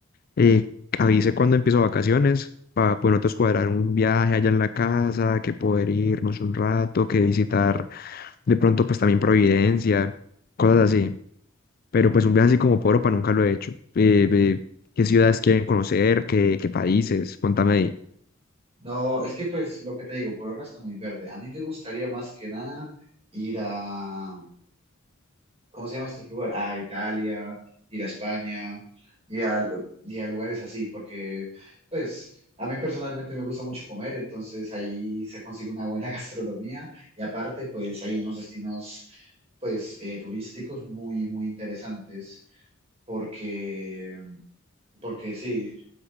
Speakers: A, on the left (about 45°); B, on the right (about 30°).
A: eh, avise cuando empiezo vacaciones. para poder nosotros cuadrar un viaje allá en la casa, que poder irnos un rato, que visitar de pronto pues también Providencia, cosas así. Pero pues un viaje así como por Europa nunca lo he hecho. Eh, eh, ¿qué ciudades quieren conocer? ¿Qué, qué países? Cuéntame ahí.
B: No, es que pues lo que te digo, por ahora está muy verde. A mí me gustaría más que nada ir a, ¿cómo se llama este lugar? A Italia, ir a España y a, y a lugares así, porque pues a mí personalmente me gusta mucho comer, entonces ahí se consigue una buena <laughs> gastronomía y aparte pues hay unos destinos pues eh, turísticos muy, muy interesantes porque porque sí,